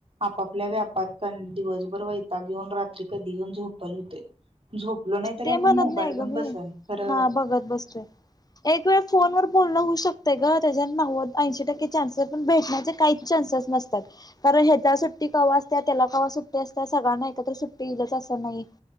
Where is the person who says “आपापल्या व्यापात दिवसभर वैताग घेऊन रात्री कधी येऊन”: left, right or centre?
Right